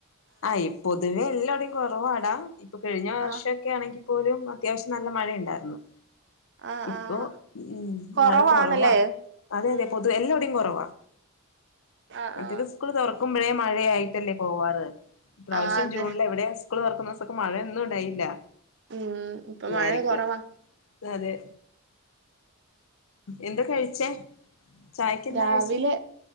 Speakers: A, on the left; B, on the right.
A: ആ ഈ പൊതുവേ എല്ലോ ടത്തും കുറവാടാ ഇപ്പൊ കഴിഞ്ഞ വർഷമൊക്കെ
B: ആഹ്
A: ആണെങ്കിൽ പോലും അത്യാവശ്യം നല്ല മഴ ഉണ്ടായിരുന്നു
B: ആഹ്
A: ഇപ്പൊ
B: ആഹ്
A: ഉം
B: കൊറവാണല്ലേ
A: മഴ കുറവാ അതെ
B: ഉം
A: അതെ പൊതുവെ എല്ലാടെയും കുറവാ
B: ആഹ്
A: മറ്റേത്
B: ആഹ്
A: സ്കൂള് തുറക്കുമ്പോഴേ മഴയായിട്ടല്ലേ പോവാറ് ഈ പ്രാവശ്യം
B: ആഹ് അതെ
A: ജൂണിലെവിടെയാ സ്കൂള് തുറക്കുന്ന ദിവസൊക്കെ മഴയൊന്നും ഉണ്ടായില്ല
B: ഉം ഇപ്പൊ
A: പിള്ളാര്ക്ക്
B: മഴ കുറവാ
A: അതെ എന്താ കഴിച്ചേ ചായക്ക് എന്താ
B: രാവിലെ
A: കഴിച്ചേ